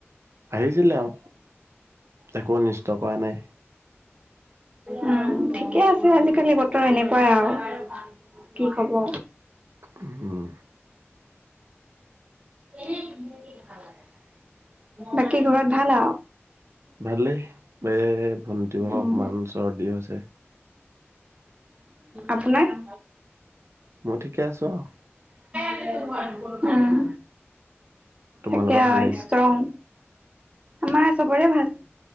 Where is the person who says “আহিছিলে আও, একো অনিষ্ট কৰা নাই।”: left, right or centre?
Right